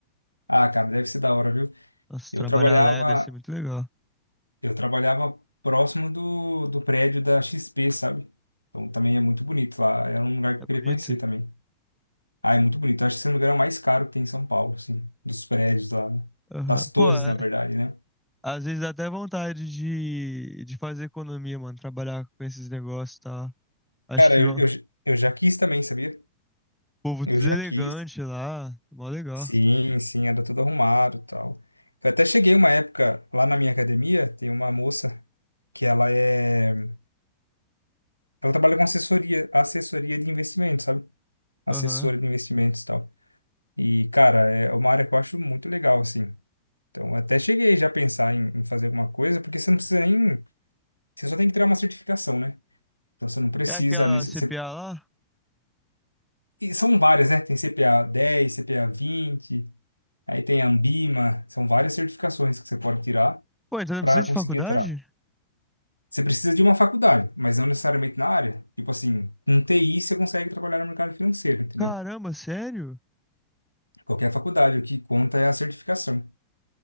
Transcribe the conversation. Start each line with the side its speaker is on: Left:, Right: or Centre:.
Left: Ah, cara, deve ser da hora, viu?
Centre: Nossa,
Left: Eu
Centre: trabalhar
Left: trabalhava
Centre: lá é, deve ser muito legal.
Left: Eu trabalhava próximo do, do prédio da XP, sabe? Então também é muito bonito lá. Era um lugar que
Centre: É
Left: eu queria
Centre: bonito?
Left: conhecer também. Ah, é muito bonito. Eu acho que esse lugar é o mais caro que tem em São Paulo, assim. Dos prédios lá, né?
Centre: Aham.
Left: Das torres,
Centre: Pô, é-
Left: na verdade, né?
Centre: às vezes dá até vontade de, de fazer economia, mano. Trabalhar com esses negócios e tal. Acho
Left: Cara,
Centre: que
Left: eu,
Centre: ó, o
Left: eu, j- eu já quis também, sabia?
Centre: povo
Left: Eu
Centre: tudo
Left: já
Centre: elegante
Left: quis.
Centre: lá. Mó legal.
Left: Sim, sim, era tudo arrumado e tal. Eu até cheguei uma época lá na minha academia, tem uma moça que ela é. Ela trabalha com assessoria, assessoria de investimentos, sabe? Assessora
Centre: Aham.
Left: de investimentos e tal. E, cara, é uma área que eu acho muito legal, assim. Então, até cheguei já a pensar em, em fazer alguma coisa, porque você não precisa nem. Você só tem que tirar uma certificação, né? Então, você não precisa.
Centre: É aquela
Left: nesse-
Centre: CPA
Left: você-
Centre: lá?
Left: e são várias, né? Tem CPA 10, CPA vinte, aí tem a Ambima. São várias certificações que você pode tirar
Centre: Pô, então não
Left: para
Centre: precisa de
Left: conseguir
Centre: faculdade?
Left: entrar. Você precisa de uma faculdade, mas não necessariamente na área. Tipo assim, com TI você consegue trabalhar no mercado financeiro, entendeu?
Centre: Caramba, sério?
Left: Qualquer faculdade, o que conta é a certificação.